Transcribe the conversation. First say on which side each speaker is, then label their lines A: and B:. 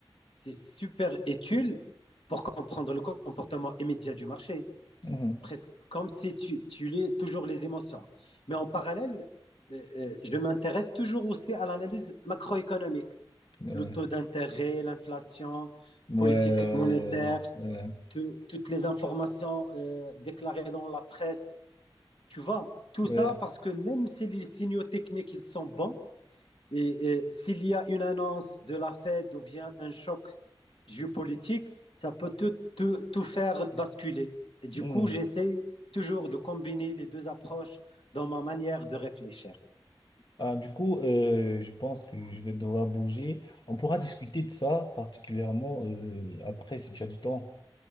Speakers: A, on the left; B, on the left.
A: c'est super utile pour comprendre le comportement immédiat du marché,
B: Mhm.
A: presque comme si tu, tu lis toujours les émotions. Mais en parallèle, euh, euh, je m'intéresse toujours aussi à l'analyse macroéconomique,
B: Ouais,
A: le taux d'intérêt, l'inflation,
B: ouais,
A: politique
B: ouais,
A: monétaire,
B: ouais.
A: tout- toutes les informations euh, déclarées dans la presse tu vois, tout
B: ouais.
A: ça parce que même si les signaux techniques ils sont bons, et, et s'il y a une annonce de la Fed ou bien un choc géopolitique, ça peut tout, tout- tout faire basculer. Et du
B: Mhm.
A: coup, j'essaie toujours de combiner les deux approches dans ma manière de réfléchir.
B: Ah, du coup, euh, je pense que je vais devoir bouger. On pourra discuter de ça particulièrement euh, après si tu as du temps.